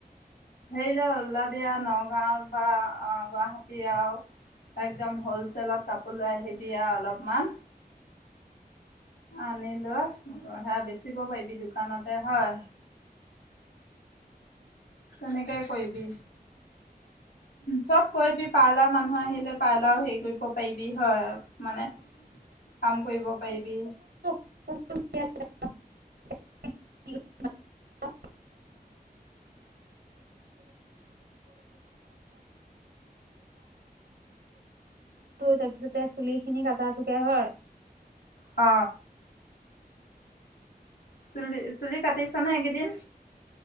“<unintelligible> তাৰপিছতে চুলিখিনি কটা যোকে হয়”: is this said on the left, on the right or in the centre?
Right